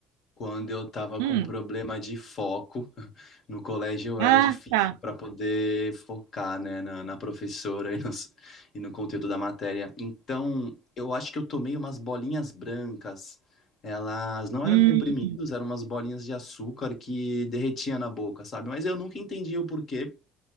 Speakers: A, on the left; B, on the right.
A: Quando eu estava
B: Hum,
A: com problema de foco <laughs> no colégio, eu
B: ah,
A: era difícil
B: tá.
A: para poder focar, né, na, na professora e nos- e no, conteúdo da matéria. Então, eu acho que eu tomei umas bolinhas brancas. Elas não
B: Eh,
A: eram comprimidos, eram umas bolinhas de açúcar que derretia na boca, sabe? Mas eu nunca entendi o porquê,